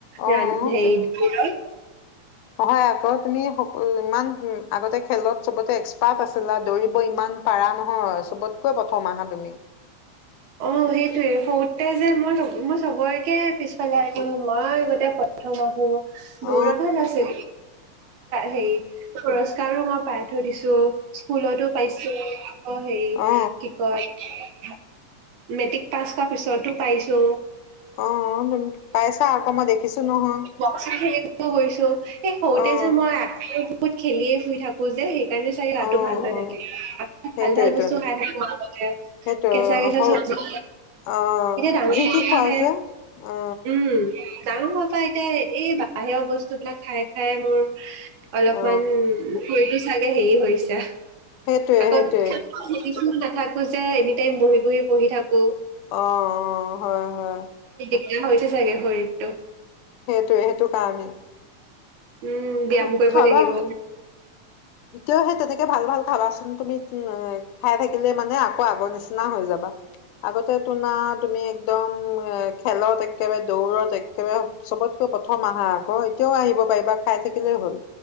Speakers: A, on the left (about 85°); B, on the right (about 75°).
A: অ
B: ইযান সেই।
A: তুম হয়। তুমি সকল ইমান। আগতে খেলত চবতে এক্সপাৰ্ট আছিলা। দৌৰিব ইমান পাৰা নহয় চবতকৈ প্ৰথম আহা তুমি।
B: অ সেইটোয়ে সৰুতে যে মই মই। খবৰকে পিছালাই দিওঁ। মই গোতে প্ৰথম আহো।
A: অ
B: দৌৰা
A: অ
B: ভাল আছে হে। পুৰস্কাৰো মই পাই থৈ দিছো। স্কুলতো পাইছো আকৌ হেৰি
A: অ অ
B: কি কয়। <unintelligible> মেট্ৰিক পাছ হ পিছতো পাইছো।
A: অহ, পাইছা আকৌ মই দেখিছো নহয়।
B: বক্সিং খেলিব গৈছো। এই সৰুতে
A: অ
B: যে মই আ বহুত খেলিয়ে শুই থাকো যে সেই চাগে
A: অ
B: গাটো ভাল হৈ
A: অ
B: থাকে।
A: সেইটোৱেইটো
B: ভাল ভাল বস্তু খাই থাকো আগতে
A: সেইটো
B: - চাগে চাগ
A: হ
B: চব
A: অ
B: এতিয়া ডাঙৰত
A: যি তি খোৱা
B: আহে
A: যে অ
B: উম <unintelligible> ডাঙৰ হোৱাপা এতিয়া এই বাহিৰৰ বস্তুবিলাক খাই খাই মোৰ অলপমান-
A: অ
B: চাগে হেৰি হৈছে।
A: সেইটোৱে
B: আকৌ
A: সেইটোৱে
B: খেল <unintelligible> থাকোঁ যে এনি টাইম বহি বহি পঢ়ি থাকোঁ।
A: অ অ হয় হয়।
B: বেয়া হৈছে চাগে শৰীৰটো।
A: সেইটোৱে সেইটো কাৰণেই।
B: উম ব্যায়াম
A: খা
B: কৰিব
A: খাবা
B: লাগিব।
A: এতিয়াও সেই তেনেকে ভাল ভাল খাবাচোন তুমি খাই থাকিলে মানে আকৌ আগৰ নিচিনা হৈ যাবা। আগতে তোনা তুমি একদম খেলত একেবাৰে দৌৰত একেবাৰে চবতকৈ প্ৰথম আহা আকৌ এতিয়াও আহিব পাৰিবা খাই থাকিলেই হ'ল